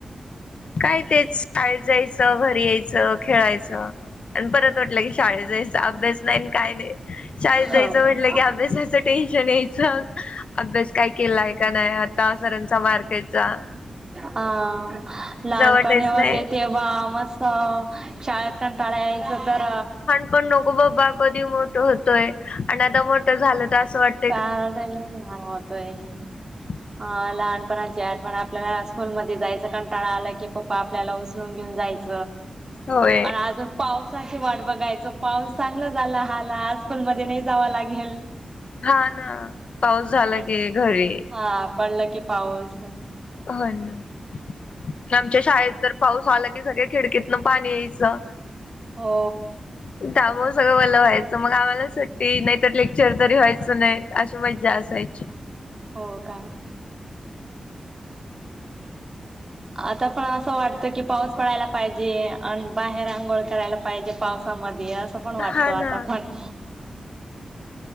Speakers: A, on the left (about 65°); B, on the right (about 30°).
A: काय तेच शाळ जायचं घरी यायचं खेळायचं आणि परत वाटलं की शाळेत जायच अभ्यास नाही काय नाही शाळेत
B: हो
A: जायचं
B: का
A: म्हटलं की अभ्यास टेन्शन यायच अभ्यास काय केलाय का नाही आता सरांचा मार खायचा
B: हा लहानपणी
A: वाटायच
B: होते
A: नाही
B: ते वा मस्त शाळेत कंटाळा यायचं तर
A: पण नको बाबा कधी मोठं होतोय आणि आता मोठं झालं तर असं वाटत
B: त होतो आहे
A: ह
B: ह लहानपणा जॅट पण आपल्याला स्कूलमध्येध्ये जायचं कारण टा आलं की पप्पा आपल्याला घेऊन जायच
A: होय
B: पण आज पावसाची वाट बघायचं पाऊस चांगला झाला हला स्कूल मध्ये नाही जाव लागेल
A: हा ना पाऊस झाला
B: ते
A: की घरी
B: हा पडलं की पाऊस
A: हो ना आमच्या शाळेत तर पाऊस आला कि सगळ्या खिडकीतन पाणी यायचं
B: हो
A: त्याब सगळं बलं व्हायचं मग आम्हाला सुट्टी नाहीतर लेक्चर तरी व्हायचं नाही अशी मज्जा असायची
B: हो काय आता पण असं वाटतं की पाऊस पडायला पाहिजे आणि बाहेर आंघोळ करायला पाहिजे पावसामध्ये असं पण वाटतो
A: हा ना
B: आता पण